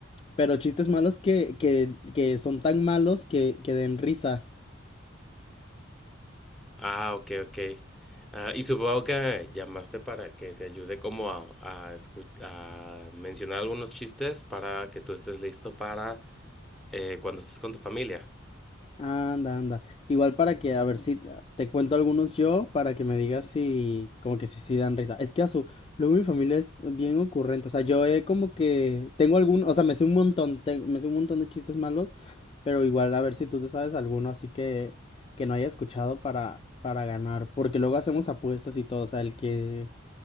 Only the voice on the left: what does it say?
pero chistes malos que, que, que son tan malos que, que den risa.
Anda, anda. Igual para que, a ver si te cuento algunos yo, para que me digas si, como que si sí dan risa. Es que a su, luego mi familia es bien ocurrente. O sea, yo he como que, tengo algún, o sea, me sé un montón, te- me sé un montón de chistes malos, pero igual a ver si tú te sabes alguno así que, que no haya escuchado para, para ganar. Porque luego hacemos apuestas y todo, o sea, el que,